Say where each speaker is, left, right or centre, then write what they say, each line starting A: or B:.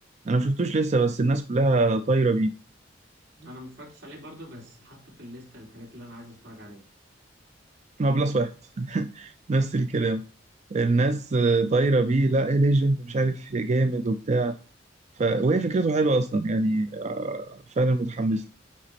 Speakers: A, on the right; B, on the right.
A: انا ما شفتوش لسه بس الناس كلها طايره بيه
B: انا ما اتفرجتش عليه برضه بس حاطه في الليسته الحاجات اللي انا عايز اتفرج عليها
A: هو بلس واحد نفس الكلام الناس آه، طايره بيه لا ايه ليجند مش عارف جامد وبتاع ف... وهي فكرته حلوه اصلا يعني آه، فعلا متحمس له.